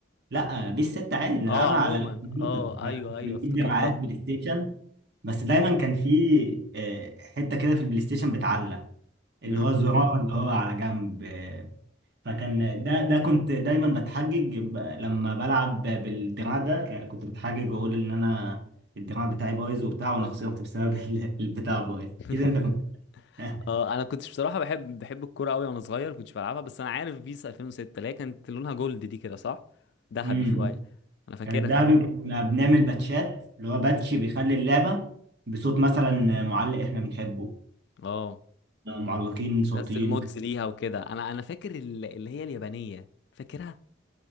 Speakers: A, on the right; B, on the left.
A: لا بيس 6 عادي بنلعبها
B: اه عموما
A: على الكمبيوتر
B: اه
A: فبنجيب
B: ايوه ايوه افتكرتها
A: دراعات بلاي ستيشن بس دايما كان في آه، حته كده في البلاي ستيشن بتعلق اللي
B: مم.
A: هو الزرار اللي هو على جنب آه، فكان ده ده كنت دايما بتحجج ب- لما بلعب بالدراع ده ك- كنت بتحجج واقول ان انا الدراع بتاعي بايظ وبتاع وانا خسرت بسبب <laughs> ال- البتاع بايظ
B: <laughs>
A: كده انت كنت <laughs>
B: اه انا كنتش بصراحة بحب بحب الكورة قوي وانا صغير كنتش بلعبها بس انا عارف بيس 2006 اللي هي كانت لونها جولد دي كده صح ذهبي
A: امم
B: شوية انا فاكرها
A: كان الدهبي وكنا بنعمل باتشات اللي هو باتش بيخلي اللعبه بصوت مثلا معلق احنا بنحبه
B: اه
A: لا، معلقين صوتيين
B: نزل مودز
A: وك-
B: ليها وكده انا انا فاكر ال- اللي هي اليابانية فاكرها